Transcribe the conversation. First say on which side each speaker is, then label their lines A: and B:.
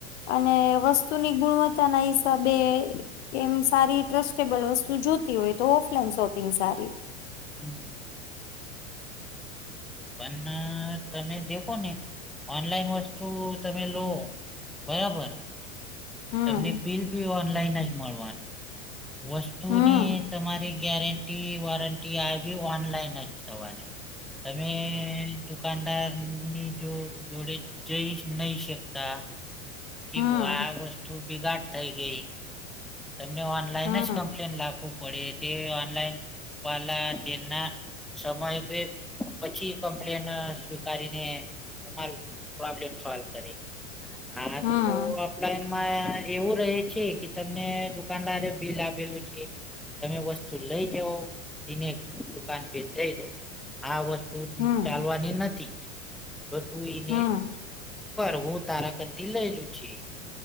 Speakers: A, on the left; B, in the centre.
A: અને વસ્તુની ગુણવત્તા ના હિસાબે કેમ સારી ટ્રસ્ટેબલ વસ્તુ જોતી હોય, તો ઓફલાઈન શોપિંગ સારી.
B: હમ. પણ તમે દેખો ને ઓનલાઈન વસ્તુ તમે લો બરાબર
A: હમ
B: તમને બિલ ભી ઓનલાઈન જ મળવાનું. વસ્તુની
A: હમ
B: તમારી ગેરંટી વોરંટી આવી ઓનલાઈન જ થવાની. તમે દુકાનદારની જો જોડે જઈ નહી શકતા કે
A: હમ
B: ભ વા વસ્તુ બિગાડ થઈ ગઈ. તમને ઓનલાઈન
A: હમ
B: જ કમ્પ્લેન લાવવું પડે તે ઓનલાઈન વાલા તેના સમય પછી કમ્પ્લેન સ્વીકારીને. તમારું પ્રોબ્લેમ સોલ્વ કરી. આ
A: હમ
B: તો આપડા એમાં એવું રહે છે કે તમ મને દુકાનદારે બિલ આપેલું છે. તમે વસ્તુ લઈ જાવ એને દુકાન ફથી જઈ દો આ વસ્તુ
A: હમ
B: ચાલવાની નથી તો તું એઈને.
A: હમ
B: પર હું તારાક થી લેલું છી.